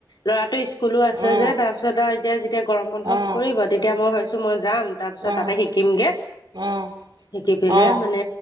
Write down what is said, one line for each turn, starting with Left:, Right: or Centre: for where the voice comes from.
Left: ল'ৰাটো স্কুলো আছে
Right: অ
Left: যে তাৰপিছত আৰু এতিয়া যেতিয়া গৰম বন্ধ
Right: অ
Left: পৰিব। তেতিয়া মই ভাবিছো মই যাম তাৰ পিছত
Right: অ
Left: তাতে শিকিমগে।
Right: অ
Left: শিকি পেলাই
Right: অ',
Left: মানে